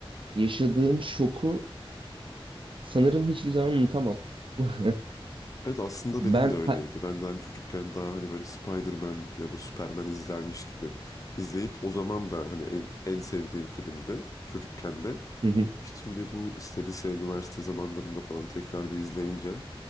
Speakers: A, on the right; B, on the left.
A: yaşadığım şoku sanırım hiçbir zaman unutamam. <laughs>
B: Evet aslında
A: Ben
B: benim de öyleydi.
A: ha-
B: Ben de hani çocukken daha hani böyle Spider-Man ya da Superman izlermiş gibi izleyip o zaman da hani en, en sevdiğim filmdi çocukken de.
A: Hı hı.
B: Şimdi bu lise, lise, üniversite zamanlarında falan tekrar bir izleyince